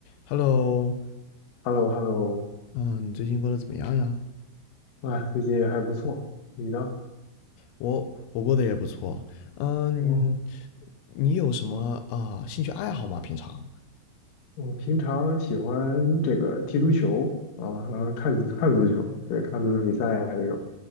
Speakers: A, on the left; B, on the left.
A: Hello，
B: h e l l o h e l l o
A: 嗯，你最近过得怎么样呀？
B: 啊，最近还不错，你呢？
A: 我我过得也不错。嗯，
B: 哦，
A: 你有什么啊、兴趣爱好吗？平常？
B: 我平常喜欢这个踢足球啊，然后看看足球，对，看足球比赛啊这种。